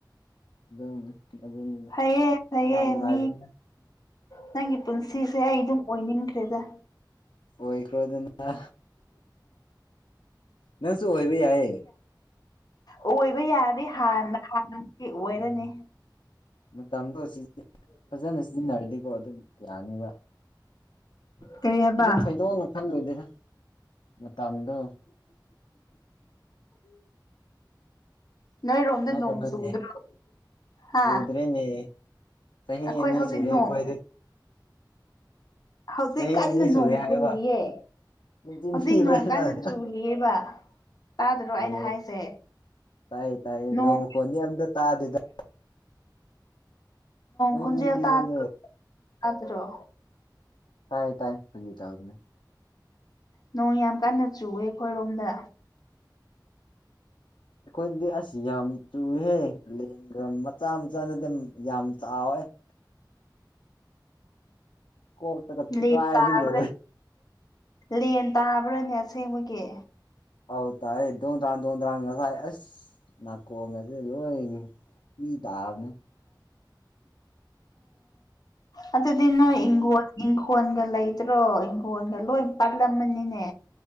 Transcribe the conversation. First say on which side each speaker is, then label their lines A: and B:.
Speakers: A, on the left; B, on the left.
A: ꯑꯗꯨꯝ ꯑꯗꯨꯅꯤꯗ
B: ꯐꯩꯌꯦ ꯐꯩꯌꯦ
A: ꯌꯥꯝ ꯅꯨꯡꯉꯥꯏꯕꯅꯤꯅ
B: ꯃꯤ ꯅꯪꯒꯤ ꯄꯨꯟꯁꯤꯁꯦ ꯑꯩ ꯑꯗꯨꯝ ꯑꯣꯏꯅꯤꯡꯈ꯭ꯔꯦꯗ
A: ꯑꯣꯏꯈ꯭ꯔꯣ ꯑꯗꯨꯅ ꯅꯁꯨꯨ ꯑꯣꯏꯕ ꯌꯥꯌꯦ
B: ꯑꯣꯏꯕ ꯌꯥꯔꯦ ꯍꯥꯟꯅ ꯍꯥꯟꯅ ꯑꯣꯏꯔꯅꯤ
A: ꯎꯝ ꯃꯇꯝꯗꯣ ꯐꯖꯅ ꯁꯤꯖꯤꯟꯅꯔꯗꯤꯀꯣ ꯑꯗꯨꯝ ꯌꯥꯅꯤꯕ
B: ꯀꯔꯤ ꯍꯥꯏꯕ
A: ꯑꯩꯗꯤ ꯊꯣꯏꯗꯣꯛꯅ ꯈꯟꯂꯨꯗꯦꯗ ꯃꯇꯝꯗꯣ
B: ꯅꯣꯏꯔꯣꯝꯗ
A: ꯅꯣꯛꯀꯅꯨꯅꯦ
B: ꯅꯣꯡ ꯆꯨꯗ꯭ꯔꯣ ꯍꯥ
A: ꯆꯨꯗ꯭ꯔꯦꯅꯦ ꯆꯍꯤ
B: ꯑꯩꯈꯣꯏ
A: ꯑꯅꯤ
B: ꯍꯧꯖꯤꯛ
A: ꯁꯨꯔꯦ
B: ꯅꯣꯡ
A: ꯑꯩꯈꯣꯏꯗꯤ
B: ꯍꯧꯖꯤꯛ
A: ꯆꯍꯤ
B: ꯀꯟꯅ
A: ꯑꯅꯤ ꯁꯨꯔꯦ
B: ꯅꯣꯡ
A: ꯍꯥꯏꯕ
B: ꯆꯨꯔꯤꯌꯦ
A: ꯅꯆꯤꯟ
B: ꯍꯧꯖꯤꯛ
A: ꯊꯤꯕ꯭ꯔꯥ
B: ꯅꯣꯡ ꯀꯥꯏꯗ
A: ꯅꯪ
B: ꯆꯨꯔꯤꯑꯕ ꯇꯥꯗꯔꯣ
A: ꯑꯣ
B: ꯑꯩꯅ ꯍꯥꯏꯁꯦ
A: ꯇꯥꯏꯌꯦ ꯇꯥꯏꯌꯦ
B: ꯅꯣꯡ
A: ꯃꯈꯣꯟꯗꯤ ꯑꯝꯇ ꯇꯥꯗꯦꯗ
B: ꯈꯣꯟꯖꯦꯜ
A: ꯆꯤꯟꯇꯤꯝ
B: ꯇꯥꯗ꯭ꯔꯣ ꯇꯥꯗ꯭ꯔꯣ
A: ꯇꯥꯏ ꯇꯥꯏ ꯑꯪꯅꯤ ꯇꯕꯅꯦ
B: ꯅꯣꯡ ꯌꯥꯝ ꯀꯟꯅ ꯆꯨꯑꯦ ꯑꯩꯈꯣꯏꯔꯣꯝꯗ
A: ꯑꯩꯈꯣꯏꯗꯤ ꯑꯁ ꯌꯥꯝ ꯆꯨꯍꯦ ꯂꯦꯡꯒ ꯃꯆꯥ ꯃꯆꯥꯅꯗꯤ ꯌꯥꯝ ꯆꯥꯎꯥꯋꯦ <inaudible> ꯀꯣꯛꯣꯛ ꯇꯒ ꯊꯨꯀꯥꯏꯗꯤ꯭ꯔꯣ
B: ꯂꯦꯟ ꯇꯥꯕ꯭ꯔꯥ ꯂꯦꯟ ꯇꯥꯕ꯭ꯔꯥꯅꯦ ꯑꯁꯦꯡꯕꯒꯤ
A: ꯑꯧ ꯇꯥꯏ ꯑꯩ ꯗꯣꯡꯗ꯭ꯔꯥ ꯗꯣꯡꯗ꯭ꯔꯥ ꯉꯁꯥꯏ ꯑꯁ ꯅꯥꯀꯣꯡꯉꯁꯦ ꯂꯣꯏ ꯄ ꯇꯅ
B: ꯑꯣꯝ ꯃꯗꯤꯅ ꯏ ꯏꯪꯈꯣꯣꯟꯒ ꯂꯩꯇ꯭ꯔꯣ ꯏꯪꯈꯣꯜꯒ ꯂꯣꯏ ꯄꯥꯥꯛꯂꯝꯃꯅꯤꯅꯦ